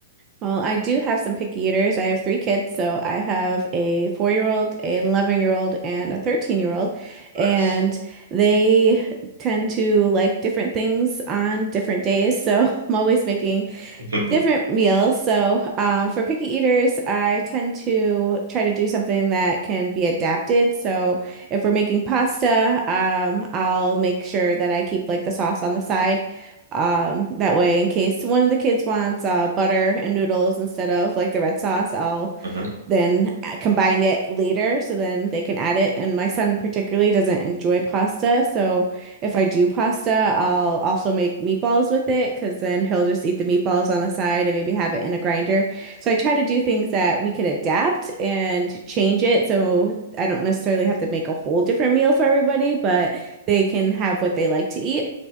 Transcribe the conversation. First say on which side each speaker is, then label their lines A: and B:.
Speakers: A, on the right (about 30°); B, on the right (about 75°).
A: Well, I do have some picky eaters. I have three kids, so I have a four-year-old, an 11-year-old, and a 13-year-old, and
B: Nice.
A: they tend to like different things on different days. So <laughs> I'm always making
B: <laughs>
A: different meals. So, um, for picky eaters, I tend to try to do something that can be adapted. So, if we're making pasta, um, I'll make sure that I keep like the sauce on the side. Um, that way, in case one of the kids wants uh, butter and noodles instead of like the red sauce, I'll
B: mhm.
A: then combine it later so then they can add it. And my son particularly doesn't enjoy pasta, so if I do pasta, I'll also make meatballs with it because then he'll just eat the meatballs on the side and maybe have it in a grinder. So I try to do things that we could adapt and change it so I don't necessarily have to make a whole different meal for everybody, but they can have what they like to eat.